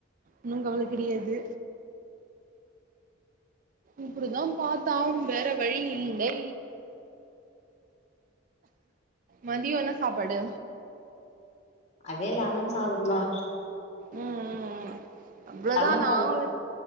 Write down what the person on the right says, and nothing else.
ஒன்னு கவல கெடயாது இப்டிதா பாத்தாவ்னு வேற வழி இல்லை மதியோ என்ன சாப்பாடு
ம் ம் ம் அவ்ளதா
நாங்ளே